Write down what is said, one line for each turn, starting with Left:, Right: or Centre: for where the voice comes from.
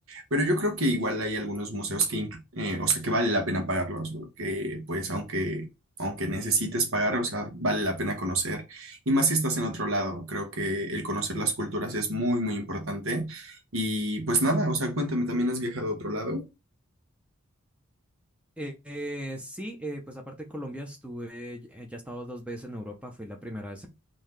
Right: pero yo creo que igual hay algunos museos que, inclu- eh, o sea, que vale la pena pagarlos, o que pues aunque, aunque necesites pagar, o sea, vale la pena conocer, y más si estás en otro lado, creo que el conocer las culturas es muy, muy importante, y pues nada, o sea, cuéntame, ¿también has viajado a otro lado?
Centre: Eh, eh, sí, eh, pues aparte de Colombia estuve, eh, ya he estado dos veces en Europa, fui la primera vez